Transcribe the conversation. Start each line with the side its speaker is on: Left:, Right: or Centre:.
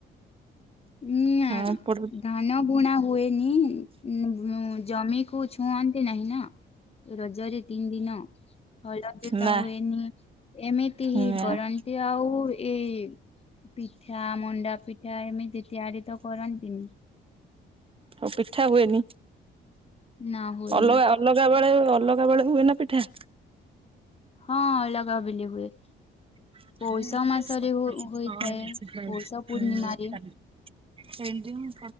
Left: ଉଁ ନାଁ
Right: ହଁ ପଟ ହୁଁ
Left: ଧାନ ବୁଣା ହୁଏନି ଉଁ ଉଁ ଜମିକୁ ଛୁଅନ୍ତି ନାହିଁ ନା। ରଜରେ ତିନି ଦିନ ହଳ ଜୋତା
Right: ନା
Left: ହୁଏନି ଏମିତି ହିଁ
Right: ନା
Left: କରନି। ଏ ଆଉ ଏ ପିଠା ମଣ୍ଡା ପିଠା ଏମିତି ତିଆରି ତ କରନ୍ତିନି।
Right: ଆଉ ପିଠା ହୁଏନି
Left: ନା ହୁଏନି
Right: ଅଲଗା ଅଲଗା ବେଳେ ଅଲଗା ବେଳେ ହୁଏ ନା ପିଠା।
Left: ହଁ ଅଲଗା ବେଲେ ହୁଏ।
Right: <unintelligible>
Left: ପୌଷ ମାସରେ ହୋ- ହୋଇଥାଏ ପୌଷ ପୂର୍ଣ୍ଣିମାରେ।
Right: ହେଇଥିବ।